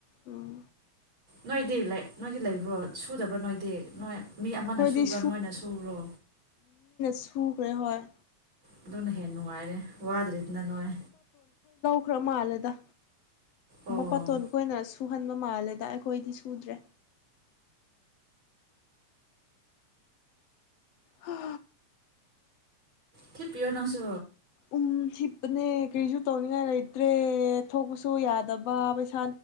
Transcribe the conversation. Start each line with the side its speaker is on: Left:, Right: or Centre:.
Left: ꯎꯝ
Right: ꯅꯣꯏꯗꯤ ꯅꯣꯏꯗꯤ ꯂꯩꯕ꯭ꯔꯣ ꯁꯨꯗꯕ꯭ꯔꯥ ꯅꯣꯏꯗꯤ ꯅꯣꯏ ꯃꯤ ꯑꯃꯅ
Left: ꯑꯩꯈꯣꯏꯗꯤ
Right: ꯁꯨꯕ꯭ꯔꯥ ꯅꯣꯏꯅ ꯁꯨꯔꯣ
Left: ꯁꯨꯈ ꯔꯦꯍꯣꯏ
Right: ꯑꯗꯨꯅ ꯍꯦꯟꯅ ꯅꯨꯡꯉꯥꯏꯔꯦ ꯋꯥꯗ꯭ꯔꯤꯗꯅ ꯅꯣꯏ
Left: ꯈ꯭ꯔꯃꯥꯜꯂꯗ
Right: ꯑꯣ
Left: ꯃꯄꯥꯇꯣꯟ ꯀꯅ ꯁ ꯍꯟꯕ ꯃꯥꯜꯂꯦꯗ ꯑꯩꯈꯣꯏꯗꯤ ꯁꯨꯗ꯭ꯔꯦ ꯍ
Right: ꯊꯤ ꯄꯤꯌꯑꯣ ꯅꯁꯨ
Left: ꯎꯝ ꯁꯤꯞꯄꯅꯦ ꯀꯔꯤꯁꯨ ꯇꯧꯅꯤꯡꯉꯥꯏ ꯂꯩꯇ꯭ꯔꯦ ꯊꯣꯛꯄꯁꯨ ꯌꯥꯗꯕ ꯄꯩꯁꯥ